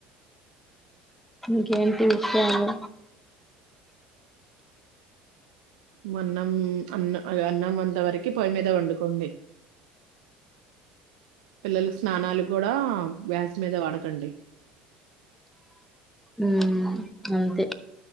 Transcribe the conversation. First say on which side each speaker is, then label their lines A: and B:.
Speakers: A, in the centre; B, on the right.
A: ఇకేంటి చాలా
B: మన్నం అన్న అన్నం అంత వరకి పొయ్యి మీద వండుకోండి పిల్లలకి స్నానాలు కూడా వ్యాస్ మీద వాడకండి.
A: ఉ అంతే